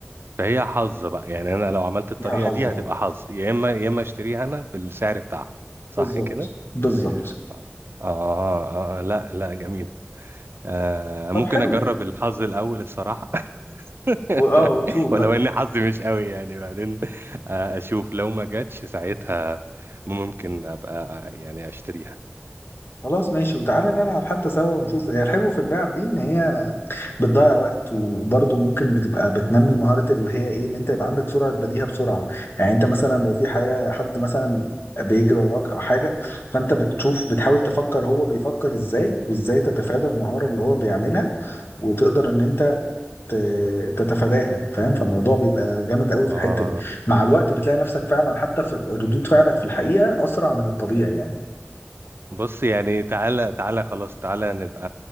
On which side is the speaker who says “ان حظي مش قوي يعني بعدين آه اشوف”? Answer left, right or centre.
Right